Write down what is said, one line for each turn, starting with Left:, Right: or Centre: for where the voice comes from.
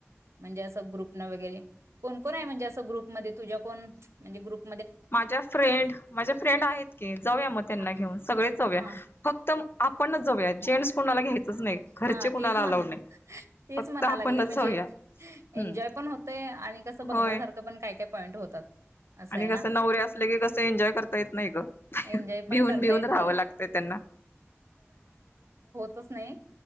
Right: म्हणजे असं ग्रुप ला वगैरे कोण कोण हाय म्हणजे असं ग्रुपमध्ये तुझ्या कोण म्हणजे ग्रुप
Left: माझ्या फ्रेंड माझ्या फ्रेंड आहेत की, जाऊया म त्यांना
Right: आ-
Left: घेऊन सगळेच जाऊया
Right: हा
Left: फक्त आपणच जाऊया जेंट्स कुणाला घ्यायचंच नाही घरचे
Right: हा
Left: कुणाला
Right: तेच मन
Left: अलाउड नाही
Right: तेच
Left: फक्त
Right: म्हणा
Left: आपणच
Right: लागले म्हणजे
Left: जाऊया हम्म
Right: एन्जॉय पण होतय आणि कसं बघण्यासारखं
Left: होय
Right: पण काय काय पॉईंट होतात असं
Left: आणि
Right: आहे
Left: कसं
Right: ना.
Left: नवरे असले की कसं एन्जॉय करता येत नाही ग,
Right: एन्जॉय
Left: भिऊून
Right: पण करता
Left: भिऊून
Right: येत
Left: राहावं
Right: नाही.
Left: लागत त्यांना
Right: तस नाही